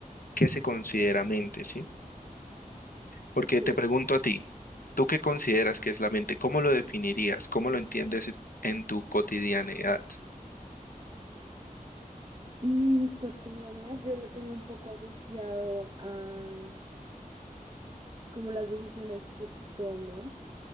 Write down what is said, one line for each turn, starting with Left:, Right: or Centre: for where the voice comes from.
Left: qué se considera mente, ¿sí? Porque
Right: sí.
Left: te pregunto a ti, ¿tú qué consideras que es la mente? ¿Cómo lo definirías? ¿Cómo lo entiendes en tu cotidianidad?
Right: En mi cotidianidad yo lo tengo un poco asociado a como las decisiones que tomo